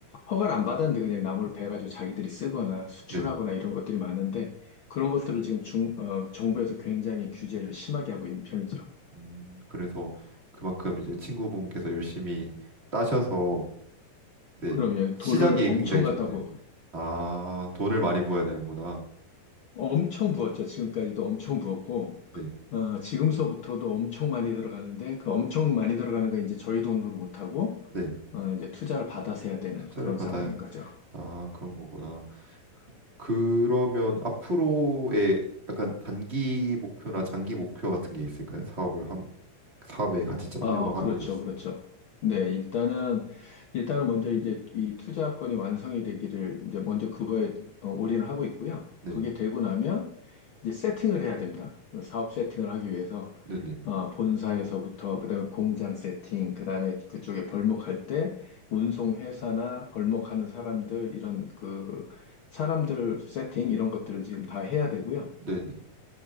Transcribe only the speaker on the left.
허가를 안 받았는데 그냥 나무를 베가지고 자기들이 쓰거나 수출하거나
이런 것들이 많은데 그런 것들을 지금 중, 어, 정부에서 굉장히 규제를 심하게 하고 있는 편이죠.
그러면
돈을 엄청
갖다 부-
엄청 부었죠. 지금까지도 엄청 부었고,
어, 지금서부터도 엄청 많이 들어가는데, 그 엄청 많이 들어가는 건 이제 저희 돈으로 못하고,
어, 이제 투자를 받아서 해야 되는
그런
상황인 거죠.
어, 그렇죠, 그렇죠. 네, 일단은, 일단은 먼저 이제 이 투자건이 완성이 되기를 이제 먼저 그거에 어, 올인을 하고 있고요.
그게 되고 나면 이제 세팅을 해야 됩니다. 사업 세팅을 하기 위해서,
어, 본사에서부터, 그다음에 공장 세팅, 그다음에 그쪽에 벌목할 때 운송회사나 벌목하는 사람들, 이런 그 사람들 세팅, 이런 것들을 지금 다 해야 되고요.